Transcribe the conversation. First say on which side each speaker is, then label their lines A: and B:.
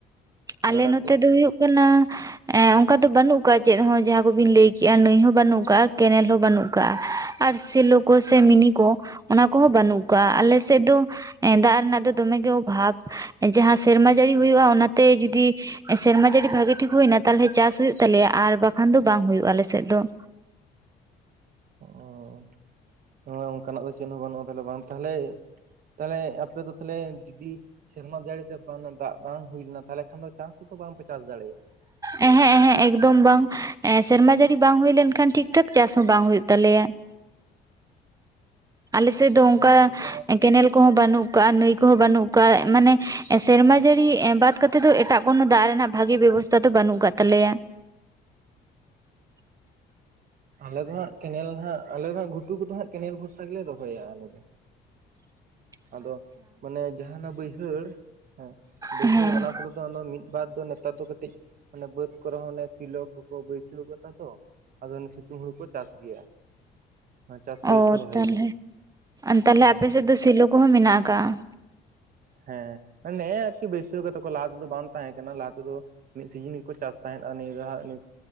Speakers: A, on the right; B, on the right.
A: ᱟᱞᱮ
B: ᱜᱟᱰᱟ
A: ᱱᱚᱛᱮ
B: ᱠᱚ
A: ᱫᱚ ᱦᱩᱭᱩᱜ ᱠᱟᱱᱟ ᱾ ᱮᱜ ᱚᱱᱠᱟ ᱫᱚ ᱵᱟᱹᱱᱩᱜ ᱟᱠᱟᱫ-ᱟ ᱪᱮᱫ ᱦᱚᱸ ᱡᱟᱦᱟᱸ ᱠᱚᱵᱤᱱ ᱞᱟᱹᱭ ᱠᱮᱜᱼᱟ ᱱᱟᱹᱭ ᱦᱚᱸ ᱵᱟᱹᱱᱩᱜ ᱟᱠᱟᱜᱼᱟ ᱠᱮᱱᱮᱞ ᱦᱚᱸ ᱵᱟᱹᱱᱩᱜ ᱟᱠᱟᱜᱼᱟ ᱾ ᱟᱨ ᱥᱮᱞᱚ ᱠᱚ ᱥᱮ ᱢᱤᱱᱤ ᱠᱚ ᱚᱱᱟ ᱠᱚᱦᱚᱸ ᱵᱟᱹᱱᱩᱜ ᱟᱠᱟᱜᱼᱟ ᱾ ᱟᱞᱮ ᱥᱮᱫ ᱫᱚ ᱫᱟᱜ ᱨᱮᱱᱟᱜ ᱫᱚ ᱫᱚᱢᱮᱜᱮ ᱚᱵᱷᱟᱵ ᱾ ᱡᱟᱦᱟᱸ ᱥᱮᱨᱢᱟ ᱡᱟᱹᱲᱤ ᱦᱩᱭᱩᱜᱼᱟ ᱾ ᱚᱱᱟᱛᱮ ᱡᱩᱫᱤ ᱥᱮᱨᱢᱟ ᱡᱟᱹᱲᱤ ᱵᱷᱟᱹᱜᱤ ᱴᱷᱤᱠ ᱦᱩᱭᱱᱟ ᱛᱟᱦᱞᱮ ᱪᱟᱥ ᱦᱩᱭᱩᱜ ᱛᱟᱞᱮᱭᱟ ᱟᱨ ᱵᱟᱠᱷᱟᱱ ᱫᱚ ᱵᱟᱝ ᱦᱩᱭᱩᱜᱼᱟ ᱟᱞᱮ ᱥᱮᱫ ᱫᱚ ᱾
B: ᱚ ᱚᱱᱮ ᱚᱱᱠᱟᱱᱟᱜ ᱫᱚ ᱪᱮᱫ ᱦᱚᱸ ᱵᱟᱹᱱᱩᱜᱼᱟ ᱛᱟᱦᱚᱞᱮ ᱾ ᱵᱟᱝ ᱛᱟᱦᱚᱞᱮ ᱛᱟᱦᱚᱞᱮ ᱟᱯᱮ ᱫᱚ ᱛᱟᱦᱚᱞᱮ ᱡᱩᱫᱤ ᱥᱮᱨᱢᱟ ᱡᱟᱹᱲᱤ ᱛᱮ ᱵᱟᱝ ᱫᱟᱜ ᱵᱟᱝ ᱦᱩᱭ ᱞᱮᱱᱟ ᱾ ᱛᱟᱦᱚᱞᱮ ᱠᱷᱟᱱ ᱫᱚ ᱪᱟᱥ ᱵᱟᱝᱯᱮ ᱪᱟᱥ ᱫᱟ
A: ᱦᱮᱸ ᱦᱮᱸ ᱮᱠᱫᱚᱢ ᱵᱟᱝ ᱾ ᱥᱮᱨᱢᱟ ᱡᱟᱹᱲᱤ ᱵᱟᱝ ᱦᱩᱭ ᱞᱮᱱᱠᱷᱟᱱ
B: ᱚ
A: ᱴᱷᱤᱠ ᱴᱷᱤᱠ ᱴᱷᱟᱠ ᱪᱟᱥ ᱦᱚᱸ ᱵᱟᱝ ᱦᱩᱭᱩᱜ ᱛᱟᱞᱮᱭᱟ ᱾ ᱟᱞᱮ ᱥᱮᱫ ᱫᱚ ᱚᱱᱠᱟ
B: ᱦᱮᱸ ᱤᱱᱠᱟᱹ ᱢᱟ
A: ᱠᱮᱱᱮᱞ ᱠᱚᱦᱚᱸ ᱵᱟᱹᱱᱩᱜ ᱟᱠᱟᱫᱟ, ᱱᱟᱹᱭ ᱠᱚᱦᱚᱸ ᱵᱟᱹᱱᱩᱜ ᱟᱠᱟᱫᱟ, ᱢᱟᱱᱮ ᱥᱮᱨᱢᱟ ᱡᱟᱹᱲᱤ ᱵᱟᱫ ᱠᱟᱛᱮᱜ ᱫᱚ ᱮᱴᱟᱜ ᱠᱳᱱᱳ ᱫᱟᱜ ᱨᱮᱱᱟᱜ ᱵᱷᱟᱜᱤ ᱵᱮᱵᱚᱥᱛᱷᱟ ᱫᱚ ᱵᱟᱹᱱᱩᱜ ᱟᱠᱟᱫ ᱛᱟᱞᱮᱭᱟ ᱾ <unintelligible>
B: ᱟᱞᱮ ᱫᱚ ᱦᱟᱸᱜ ᱠᱮᱱᱮᱞ ᱦᱟᱸᱜ ᱟᱞᱮ ᱫᱚᱜ ᱜᱷᱩᱴᱩ ᱠᱚᱫᱚ ᱦᱟᱸᱜ ᱠᱮᱱᱮᱞ ᱵᱷᱚᱨᱥᱟ ᱜᱮᱞᱮ ᱨᱚᱦᱚᱭᱟ ᱟᱞᱮ ᱫᱚ ᱾
A: <unintelligible>
B: ᱟᱫᱚ ᱢᱟᱱᱮ ᱡᱟᱦᱟᱸ ᱚᱱᱟ ᱵᱟᱹᱭᱦᱟᱹᱲ ᱦᱮᱸ ᱵᱟᱹᱭᱦᱟᱹᱲ
A: ᱦᱮᱸ
B: ᱚᱱᱟ ᱠᱚᱨᱮ ᱫᱚ ᱢᱤᱫ ᱵᱟᱨ ᱫᱚ ᱱᱮᱛᱟᱨ ᱫᱚ ᱠᱟᱹᱴᱤᱡ ᱢᱟᱱᱮ ᱵᱟᱹᱫᱽ ᱠᱚᱨᱮ ᱦᱚᱸ ᱮ ᱥᱤᱞᱳ ᱠᱚᱠᱚ ᱵᱟᱹᱭᱥᱟᱹᱣ ᱟᱠᱟᱫᱟ ᱛᱚ ᱟᱫᱚ ᱚᱱᱟ ᱥᱤᱛᱩᱝ ᱦᱩᱲᱩ ᱠᱚ ᱪᱟᱥ ᱜᱮᱭᱟ᱾ ᱪᱟᱥ ᱠᱚ
A: ᱚ
B: ᱞᱟᱹᱜᱤᱫ ᱠᱚ ᱨᱚᱦᱚᱭ
A: ᱛᱟᱦᱞᱮ
B: ᱜᱮᱭᱟ
A: ᱛᱟᱦᱞᱮ
B: ᱦᱮᱸ
A: ᱟᱯᱮ ᱥᱮᱫ ᱫᱚ ᱥᱮᱞᱳ ᱠᱚᱦᱚᱸ ᱢᱮᱱᱟᱜ ᱟᱠᱟᱜ
B: ᱦᱮᱸ ᱱᱮ ᱟᱨᱠᱤ ᱵᱟᱹᱭᱮᱥᱤ ᱛᱟᱠᱚ ᱞᱟᱦᱟ ᱛᱮᱫᱚ ᱵᱟᱝ ᱛᱟᱦᱮᱸ ᱠᱟᱱᱟ ᱞᱟᱦᱟ ᱛᱮᱫᱚ ᱢᱤᱫ ᱥᱤᱡᱤᱱ ᱜᱮᱠᱚ ᱪᱟᱥ ᱛᱟᱦᱮᱸᱫ ᱟᱨ ᱱᱤᱭᱟᱹ ᱫᱷᱟ ᱱᱤ ᱼᱼ